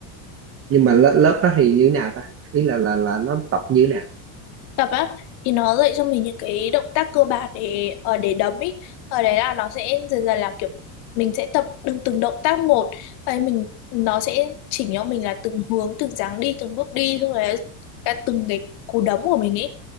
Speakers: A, on the right; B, on the left.
A: nhưng mà lớp lớp đó thì như thế nào ta ý là là là nó tập như thế nào
B: tập á thì nó dạy cho mình những cái động tác cơ bản để ở để đấm ý ở đấy là nó sẽ dần dần là kiểu mình sẽ tập từng từng động tác một ấy mình nó sẽ chỉnh cho mình là từng hướng từng dáng đi từng bước đi xong rồi là cả từng cái cú đấm của mình ấy